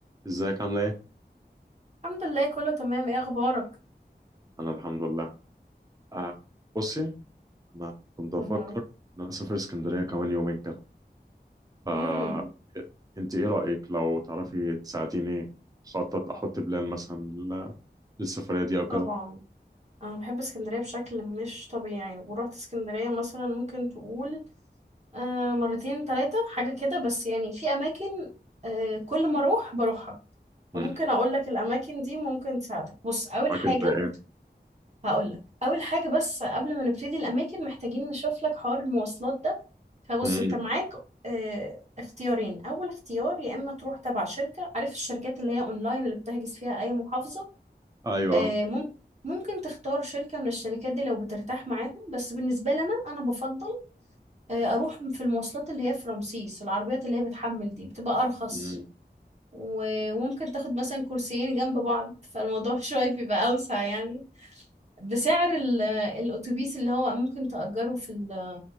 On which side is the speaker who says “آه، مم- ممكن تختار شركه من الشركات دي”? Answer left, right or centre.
Right